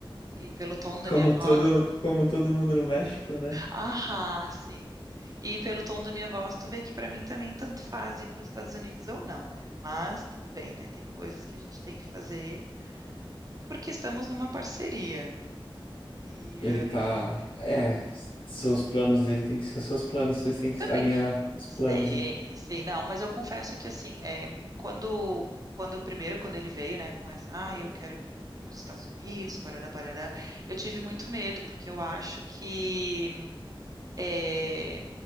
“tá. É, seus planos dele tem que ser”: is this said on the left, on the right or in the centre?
Left